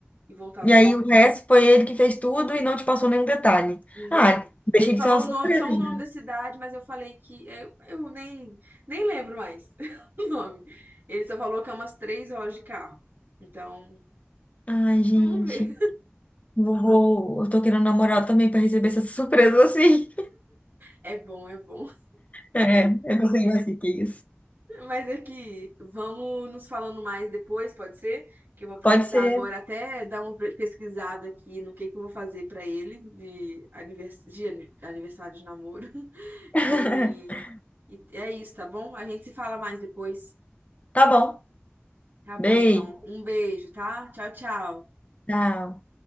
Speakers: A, on the right (about 55°); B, on the left (about 35°).
A: e voltar no
B: E aí
A: domingo,
B: o resto foi ele que fez tudo e não te passou nenhum detalhe.
A: nem.
B: Ah, deixei
A: Ele falou
B: de ser uma
A: o
B: surpresa.
A: nome, só o
B: gente.
A: nome da cidade, mas eu falei que eu, eu nem nem lembro mais <laughs> o nome. Ele só falou que é umas três horas de carro. Então,
B: Ai, gente,
A: vamos ver.
B: vovô, eu tô querendo namorar também para receber essa <laughs> surpresa assim.
A: É bom, é bom.
B: É, eu não sei mais o que que é isso.
A: Mas é que vamos nos falando mais depois, pode ser? Que eu vou precisar
B: Pode ser.
A: agora até dar uma pe- pesquisada aqui no que que eu vou fazer pra ele de, anivers... de ani- aniversário de namoro. <laughs>
B: <laughs>
A: E... e é isso, tá bom? A gente se fala mais depois.
B: Tá bom.
A: Tá bom,
B: Beijo.
A: então. Um beijo, tá? Tchau, tchau.
B: Tchau.